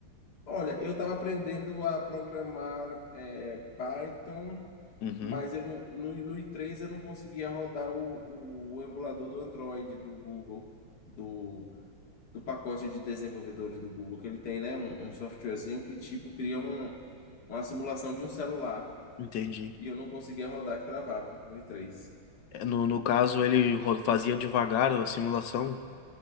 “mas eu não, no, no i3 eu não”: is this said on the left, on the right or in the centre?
Left